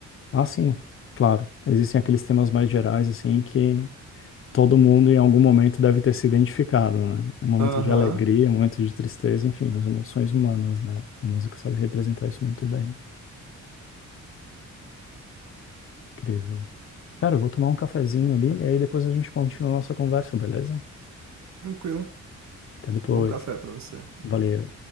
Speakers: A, on the left; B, on the right.
A: Ah, sim, claro. Existem aqueles temas mais gerais, assim, que todo mundo em algum momento deve ter se identificado, né? É Um momento
B: Aham,
A: de alegria, um momento de tristeza, enfim, as emoções humanas, né? A música sabe representar isso muito bem. Incrível. Cara, eu vou tomar um cafezinho ali e aí depois a gente continua a nossa conversa, beleza?
B: tranquilo.
A: Até depois.
B: Bom café pra você.
A: Valeu.